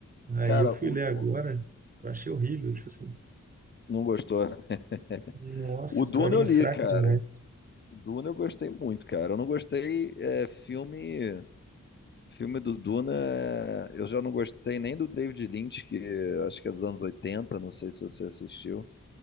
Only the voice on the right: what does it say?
Aí
eu fui
ler agora,
eu achei horrível, tipo assim,
nossa,
historinha
fraca
demais.